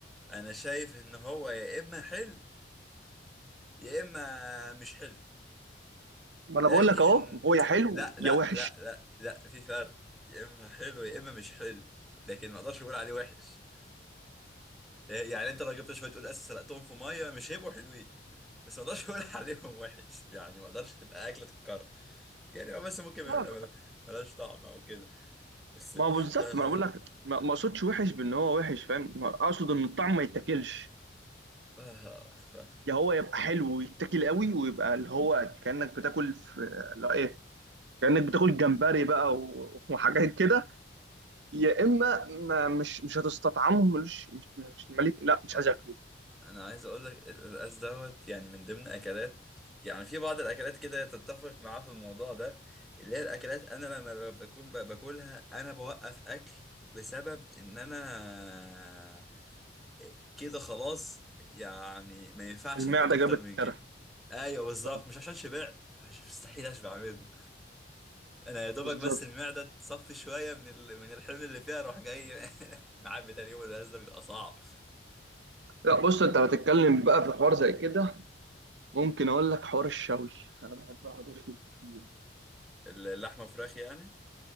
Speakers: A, in the centre; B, on the right.
A: انا شايف ان هو يا اما حلو يا اما مش حلو
B: ما
A: لكن
B: انا بقول لك اهو هو يا حلو
A: لا لا
B: يا وحش
A: لا لا لا في فرق يا اما حلو يا اما مش حلو لكن ما اقدرش اقول عليه وحش يعني انت لو جبت شويه قول اساس سلقتهم في ميه مش هيبقوا حلوين بس ما اقدرش اقول <laughs> عليهم وحش يعني ما اقدرش تبقى اكله تتكرر يعني هو بس ممكن
B: لا
A: يبقى مل- ملهاش طعم او كده بس
B: ما هو بالظبط
A: لا لا
B: ما انا بقول لك ما ما اقصدش وحش بان هو وحش فاهم ما اقصد ان الطعم ما يتاكلش
A: آه. ف...
B: يا هو يبقى حلو ويتاكل قوي ويبقى اللي هو كانك بتاكل في لا ايه كانك بتاكل جمبري بقى و- <laughs> وحاجات كده يا اما ما مش مش هتستطعمه ملوش مش مش مليك لا مش
A: <laughs>
B: عايز اكله
A: انا عايز اقول لك القلقاس دوت يعني من ضمن اكلات يعني في بعض الاكلات كده تتفق معاه في الموضوع ده اللي هي الاكلات انا لما ب- بكون ب- باكلها انا بوقف اكل بسبب ان انا كده خلاص يعني ما ينفعش
B: المعده
A: اكل اكتر
B: جابت
A: من كده
B: اخرها
A: ايوه بالظبط
B: اه
A: مش عشان شبعت مش مستحيل اشبع منه انا يا دوبك
B: بالظبط
A: بس المعده تصفي شويه من ال... من الحمل اللي فيها اروح جاي <laughs> معبي تاني يوم القلقاس ده بيبقى صعب
B: لا بص انت هتتكلم بقى في حوار زي كده ممكن اقول لك حوار الشوي انا بحب اقعد اشوي كتير
A: اللحمه وفراخ يعني